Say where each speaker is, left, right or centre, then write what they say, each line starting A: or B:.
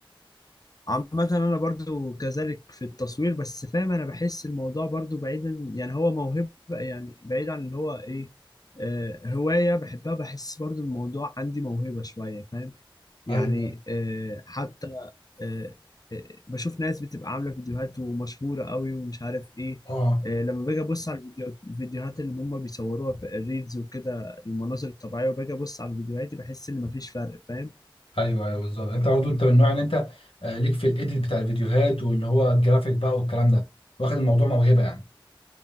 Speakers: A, on the left (about 45°); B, on the left (about 80°).
A: عامة أنا برضو كذلك في التصوير بس فاهم أنا بحس الموضوع برضو بعيدا يعني هو موهبة يعني بعيد عن اللي هو إيه آه هواية بحبها بحس برضو الموضوع عندي موهبة شوية فاهم يعني
B: ايوه أيوة.
A: آه حتى آه آه، بشوف ناس بتبقى عاملة فيديوهات ومشهورة قوي ومش عارف إيه
B: اه
A: آه لما باجي أبص على الفيديو- الفيديوهات اللي هم بيصوروها في الريلز وكده المناظر الطبيعية وباجي أبص على فيديوهاتي بحس إن مفيش فرق فاهم
B: ايوه ايوه بالظبط انت برضه انت من النوع ان انت آه، ليك في الايديت بتاع الفيديوهات واللي هو الجرافيك بقى والكلام ده واخد الموضوع موهبه يعني